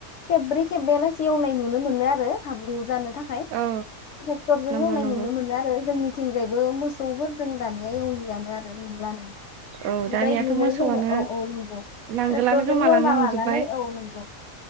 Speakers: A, on the left; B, on the right.
A: खेब्रै खेबबायालासे एवनाय नुनो मोनो आरो हाब्रु जानो। थाखाय ट्रेक्टर
B: औ
A: जों
B: नंगौ
A: एवनाय
B: नंगौ
A: नुनो मोनो आरो जोंनि। थिंजायबो मोसौफोरजों दानिया एवलियानो आरो नुलानो।
B: औ
A: बे
B: दानियाथ'
A: बायदियैनो
B: मोसौआनो
A: जोङो औ औ नंगौ ट्रेक्टरजों
B: नांगोलानो गोमालांनो
A: एवना
B: हमजोब्बाय
A: लानानै औ नंगौ।